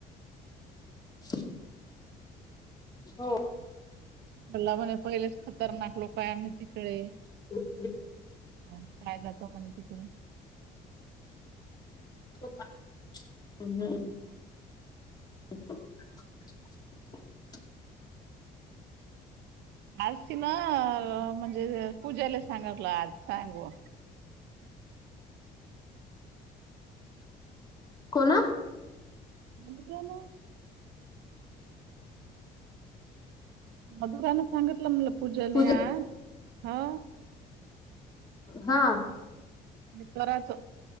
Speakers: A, on the left; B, on the right.
A: <unintelligible> हो.
B: बला म्हणे पहिलेच खतरनाक लोकयम तिकडे
A: <inaudible>
B: आम्हीं खेळायला जातो म्हणे तिकडे.
A: झोपा. अहं. <inaudible>
B: आज तिनं, अ म्हणजे पूज्याला सांगलं आज, सांग व
A: कोणं?
B: मधुराला मधुरान सांगितलं म्हणलं पूजाले
A: पूजा
B: आज. ह
A: हां.
B: न कराच हं.